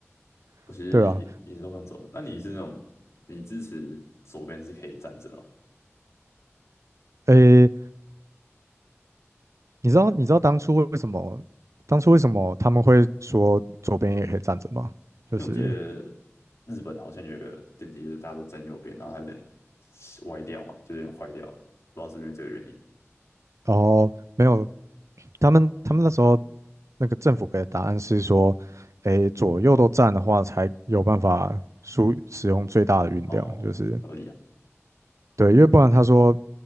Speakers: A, on the right (about 80°); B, on the left (about 80°).
A: <laughs>
B: 我其实也也是都想走的。
A: 对啊。
B: 那你是那种你支持左边是可以站着的吗？
A: 诶，你知道你知道当初为什么当初为什么他们会说左边也可以站着吗？
B: 因为我记得
A: 就是
B: 日本好像有一个电梯，就是大家都站右边，然后它有点歪掉嘛，就是有点坏掉了不知道是不是这个原因。
A: 然后没有他们他们那时候那个政府给的答案是说，诶，左右都站的话才有办法输使用最大的运量，
B: 哦，
A: 就是
B: 合理啊。
A: 对，因为不然他说